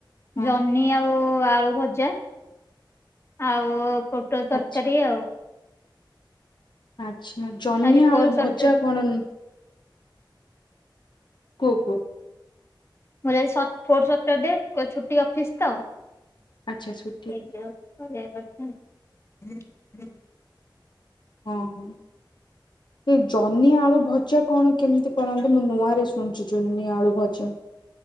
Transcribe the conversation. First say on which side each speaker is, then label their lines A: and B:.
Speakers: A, on the left; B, on the left.
A: ହଁ
B: ଜହ୍ନି ଆଉ ଓ ଆଳୁ ଭଜା ଆଉ ପୋଟଳ ତରକାରୀ
A: ଆଚ୍ଛା
B: ଆଉ।
A: ଆଛା ଜହ୍ନି
B: ଆଜି ଫୋର୍
A: ଆଳୁ
B: ସଟର
A: ଭଜା କଣ ନ୍ କୁହ କୁହ।
B: ମୋର ଆଜି ସତ୍ ଫୋର୍ ସଟର୍ଡେ କୋ ଛୁଟି ଅଫିସ ତ।
A: ଆଚ୍ଛା ଛୁ
B: <unintelligible>
A: ଓହୋ!
B: <inaudible>
A: ସେ ଜହ୍ନି ଆଳୁ ଭଜା କଣ କେମିତି କରନ୍ତୀ ମୁଁ ନୂଆରେ ଶୁଣୁଛି ଜହ୍ନି ଆଳୁ ଭଜା।